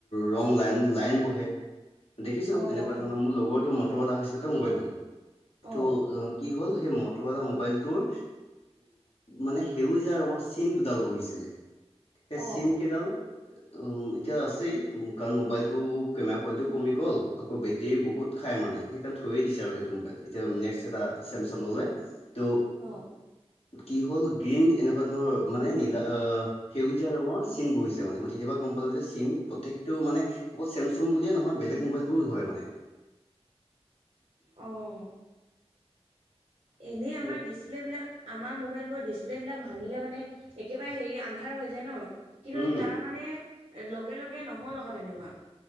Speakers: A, on the left (about 60°); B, on the right (about 80°).
A: ৰং লাইন লাইন বহে দেখিছো
B: অঁ
A: এনেকুৱা ধৰণৰ মোৰ লগৰটো মটৰলা হৈছিলে ত মোবাইলটো ত'
B: অঁ
A: কি হল সে মটৰলা ম'বাইল টোৰ মানে সেউজীয়া ৰঙৰ চিন ডাল বহিছিলে সেই
B: অঁ
A: চিন কেইডাল উ এতিয়া আছেই কাৰণ মোবাইলটো কেমেৰা কোৱালিটিও কমি গ'ল আক বেটেৰী বহুত খাই মানে মানে এতিয়াও থৈয়ে দিছে আৰু সেইটো মোবাইল এতিয়া নেক্স এটা চেমচং ললে। ত'
B: অঁ
A: কি হ'ল গ্ৰীণ এনেকুৱা ধৰণৰ মানে নীলা অ সেউজীয়া ৰঙৰ চিন বহিছে মানে মই তেতিয়াবা গম পালো যে চিন প্ৰত্যেকটো মানে অকল চেমচাং বুলিয়ে নহয় বেলেগ মোবাইলবোৰো ধৰে মানে
B: অঁ এনেই
A: এতিয়া-
B: আমাৰ ডিচপ্লে বিলাক আমাৰ মোবাইলবোৰৰ ডিচপ্লে বিলাক ভাঙিলে মানে একেবাৰে হেৰি আন্ধাৰ হৈ যায় ন কিন্তু
A: উম
B: তাৰ মানে লগে লগে নহ'ল অ'ক তেনেকুৱা